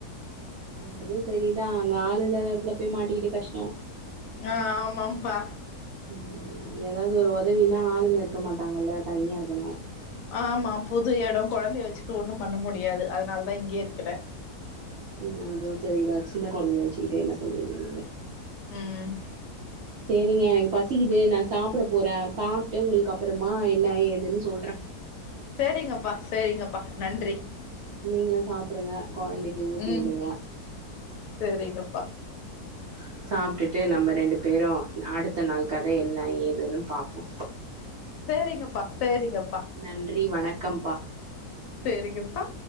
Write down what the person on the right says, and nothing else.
அதுவு செரி தா அங்க ஆள் இல்லாத எடத்துல போய் மாட்டிக்கிட்டு கஷ்டோ
ம் ஏதாது ஒரு ஒதவின்னா ஆளுங்க இருக்க மாட்டாங்கல்ல தனியா இருக்கணு
அ அதுவு செரி தா சின்ன கொழந்தைய வெச்சுக்கிட்டு என்ன பண்ணுவீங்க நீங்க
செரிங்க எனக்கு பசிக்குது நா சாப்ட போறே சாப்ட்டு உங்களுக்கு அப்புறமா என்ன ஏதுன்னு சொல்றே
நீங்களு சாப்பிடுங்க கொழந்தைக்கு ஊட்டி
வுடுங்க
அஹ <inaudible> சாப்பிட்டுட்டு நம்ம ரெண்டு பேரு அடுத்த நாள் கதை என்ன ஏதுன்னு பாப்போ
நன்றி வணக்கம்ப்பா